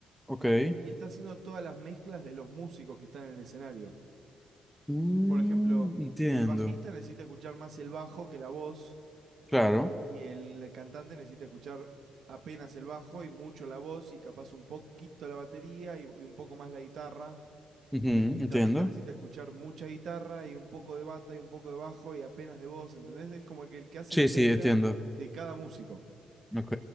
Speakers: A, in the centre; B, on the right (about 65°).
A: ok.
B: y está haciendo todas las mezclas de los músicos que están en el escenario.
A: Mm,
B: Por ejemplo,
A: entiendo.
B: el bajista necesita escuchar más el bajo que la voz
A: Claro.
B: y el cantante necesita escuchar apenas el bajo y mucho la voz y capaz un poquito la batería y, y un poco más la guitarra.
A: Ujú,
B: Y el guitarrista
A: entiendo.
B: necesita escuchar mucha guitarra y un poco de bata y un poco de bajo y apenas de voz, ¿entendés? Es como que el que hace
A: Sí,
B: la mezcla
A: sí, entiendo.
B: de cada músico.
A: Ok.